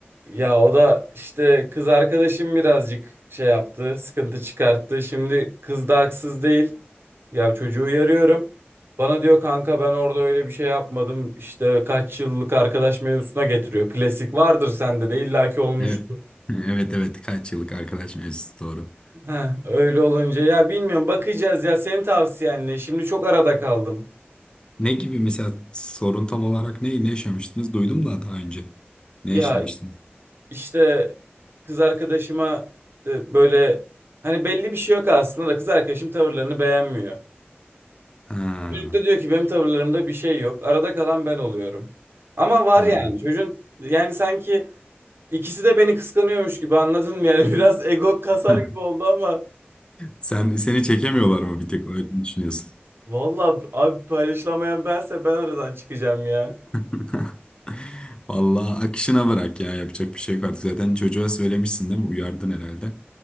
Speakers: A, on the right (about 65°); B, on the left (about 25°).
A: Ya o da işte kız arkadaşım birazcık şey yaptı, sıkıntı çıkarttı. Şimdi kız da haksız değil. Ya çocuğu uyarıyorum. Bana diyor kanka ben orada öyle bir şey yapmadım. İşte kaç yıllık arkadaş mevzusuna getiriyor. Klasik vardır sende de illaki olmuştur.
B: Evet. <laughs> Evet evet kaç yıllık arkadaş mevzusu doğru.
A: Heh, öyle olunca ya bilmiyorum bakacağız ya senin tavsiyenle. Şimdi çok arada kaldım.
B: Ne gibi mesela sorun tam olarak ne, ne yaşamıştınız? Duydum da daha önce. Ne
A: Ya
B: yaşamıştınız?
A: işte kız arkadaşıma işte böyle hani belli bir şey yok aslında da kız arkadaşım tavırlarını beğenmiyor.
B: Ha,
A: Çocuk da diyor ki benim tavırlarımda bir şey yok. Arada kalan ben oluyorum. Ama var
B: ha.
A: yani. Çocuğun yani sanki ikisi de beni kıskanıyormuş gibi anladın mı? Yani <laughs> biraz ego kasar
B: <laughs>
A: gibi oldu ama
B: Sen seni çekemiyorlar mı bir tek öyle mi düşünüyorsun?
A: valla abi paylaşılamayan bense ben aradan çıkacağım ya.
B: <laughs> Vallahi akışına bırak ya yapacak bir şey yok artık. Zaten çocuğa söylemişsin değil mi? Uyardın herhalde.